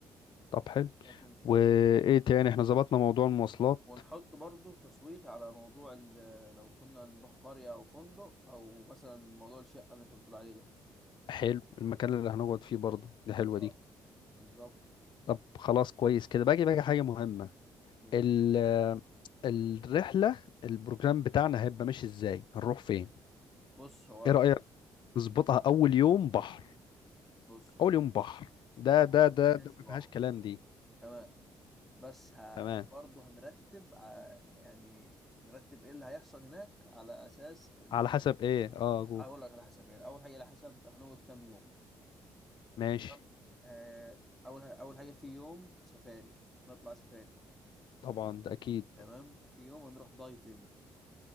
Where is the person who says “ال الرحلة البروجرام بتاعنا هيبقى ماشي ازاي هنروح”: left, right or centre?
Left